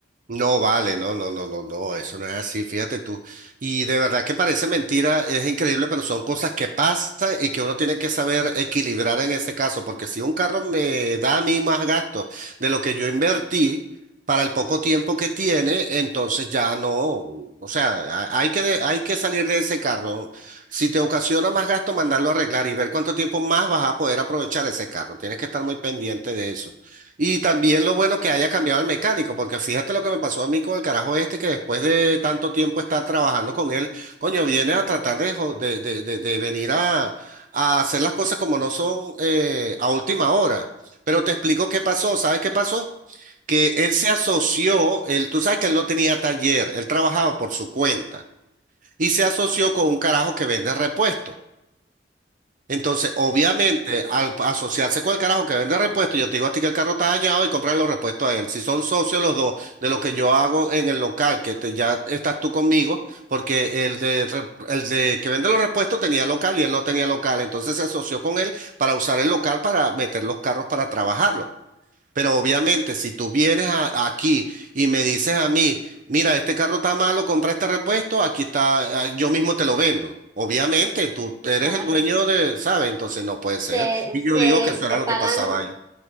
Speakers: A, on the right; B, on the right.
A: No vale, no, no, no, no, no, eso no es así, fíjate tú. Y de verdad que parece mentira, es increíble, pero son cosas que pasan y que uno tiene que saber equilibrar en ese caso, porque si un carro me da a mí más gastos de lo que yo invertí para el poco tiempo que tiene, entonces ya no, o sea, ha- hay que, de- hay que salir de ese carro. Si te ocasiona más gasto, mandarlo a arreglar y ver cuánto tiempo más vas a poder aprovechar ese carro. Tienes que estar muy pendiente de eso. Y también lo bueno que haya cambiado el mecánico, porque fíjate lo que me pasó a mí con el carajo este, que después de tanto tiempo estar trabajando con él, coño, viene a tratar de, jo- de, de, de- de venir a, a hacer las cosas como no son eh, a última hora. Pero te explico qué pasó, ¿sabes qué pasó? Que él se asoció, él, tú sabes que él no tenía taller, él trabajaba por su cuenta, y se asoció con un carajo que vende repuestos. Entonces, obviamente, al asociarse con el carajo que vende repuestos, yo te digo a ti que el carro está dañado y comprar los repuestos a él. Si son socios los dos de lo que yo hago en el local, que te- ya estás tú conmigo, porque el de, re- el de que vende los repuestos tenía local y él no tenía local, entonces se asoció con él para usar el local para meter los carros para trabajarlo. Pero obviamente, si tú vienes a- aquí y me dices a mí, mira, este carro está malo, compra este repuesto, aquí está, ah, yo mismo te lo vendo. Obviamente, tú eres
B: Claro.
A: el dueño de, ¿sabes? Entonces no puede
B: Se,
A: ser. Y
B: se,
A: yo digo que eso
B: se
A: era lo
B: pagan,
A: que pasaba ahí.